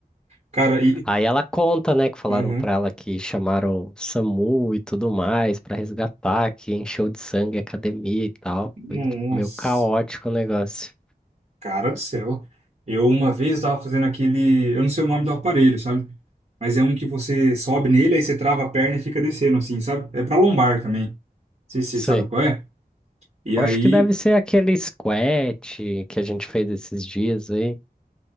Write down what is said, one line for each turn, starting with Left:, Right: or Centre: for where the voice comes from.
Right: Cara, e.
Centre: Aí ela conta, né, que falaram
Right: Aham.
Centre: pra ela que chamaram o SAMU e tudo mais pra resgatar, que encheu de sangue a academia e tal.
Right: Nossa,
Centre: Foi tipo, meio caótico o negócio.
Right: cara do céu. Eu uma vez estava fazendo aquele. Eu não sei o nome do aparelho, sabe? Mas é um que você sobe nele, aí você trava a perna e fica descendo, assim, sabe? É pra lombar também. Não sei se você
Centre: Sei.
Right: sabe qual é. E
Centre: Acho
Right: aí.
Centre: que deve ser aquele squat que a gente fez esses dias aí.